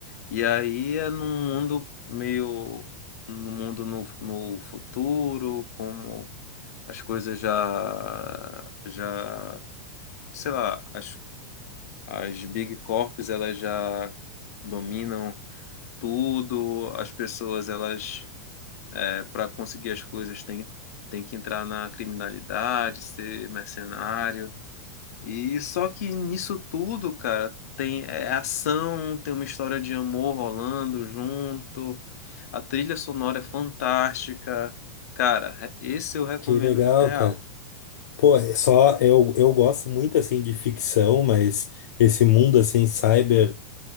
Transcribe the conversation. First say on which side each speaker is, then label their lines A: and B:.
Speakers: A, on the left; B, on the left.
A: E aí é num mundo meio. No mundo no, no futuro, como as coisas já, já, sei lá, as, as big corps elas já dominam tudo, as pessoas elas para conseguir as coisas têm tem que entrar na criminalidade, ser mercenário. E só que nisso tudo, cara, tem é ação, tem uma história de amor rolando junto. A trilha sonora é fantástica. Cara, re- esse eu recomendo
B: Que legal,
A: real.
B: cara. Pô, é só eu, eu gosto muito, assim, de ficção, mas esse mundo, assim, cyber.